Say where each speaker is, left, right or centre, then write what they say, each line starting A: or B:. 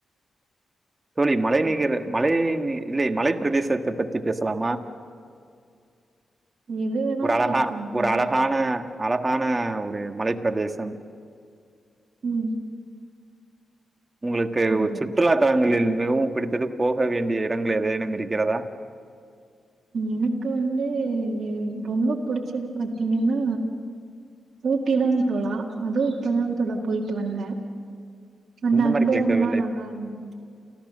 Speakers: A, on the right; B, on the right.
A: தோழி மலைநிகர் மலை நீ இல்லை மலைப் பிரதேசத்தை பத்தி பேசலாமா
B: எது வேணாலு
A: ஒரு அழகா
B: பேசலாம் தோழா.
A: ஒரு அழகான அழகான ஒரு மலைப்பிரதேசம்
B: உம்
A: உங்களுக்கு ஒரு
B: தோழா.
A: சுற்றுலாத்தல ங்களில் மிகவும் பிடித்தது போக வேண்டிய இடங்கள் ஏதேனும் இருக்கிறதா
B: எனக்கு வந்து ரொம்ப புடிச்சது பாத்தீங்கன்னா ஊட்டிதா தோழா அதுவு இப்பதா தோழா போய்ட்டு வந்த அந்த அனுபவம்லாம்
A: மாதிரி கேட்கவில்லை
B: நல்லா இருந்த